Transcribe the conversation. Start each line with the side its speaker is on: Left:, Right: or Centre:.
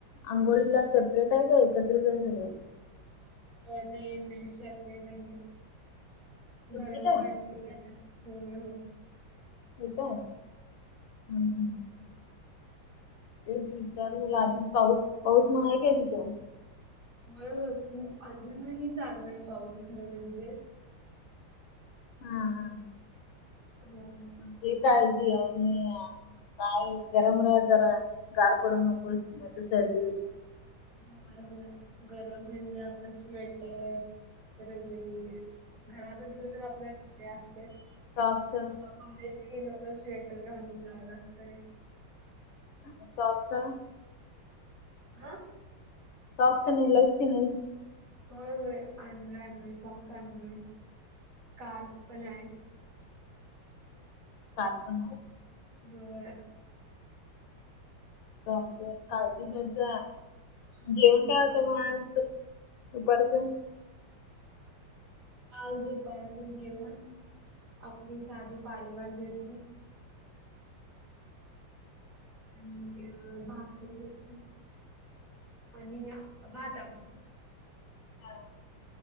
Left: अंघोळीला सेपरेट आहे का एकत्रित आहे सगळे.
Right: अ नाही नाही सेपरेट आहे
Left: सेपरेट
Right: गरम
Left: आहे
Right: पाणी होय होय.
Left: कोणता हम हम. तेच विचारले आधीच पाऊस पाऊस महाय काय तिथं?
Right: बरोबर खूप अजूनही चालू आहे पाऊस खरे म्हणजेच.
Left: हा हा‌.
Right: हंम.
Left: ते काळजी आणि काय गरम राह जरा गार पडू नकोस नाही त सर्दी होईल
Right: होय होय गर म्हणजे आपलं स्वेटर, रजई घरात असलं तर आपल्या <unintelligible> असतेच.
Left: फॉक्स.
Right: <unintelligible> तर स्वेटर घालून जावं लागतय.
Left: आणि सॉफता.
Right: हा.
Left: सॉक्स ने लाईस की नाहीस.
Right: होय होय आणलोय आणलोय शॉक्स आणलोय स्कार्फ पण आहे.
Left: सारखं हो प.
Right: होय.
Left: काम ते काळजी घेतजा
Right: हं.
Left: जेवण काय <unintelligible> दुपारचं.
Right: आज दुपारचं जेवण आपली साधी पालेवाजी ते‌. अ भाकरी होती आणि भाता आमटी.
Left: अं,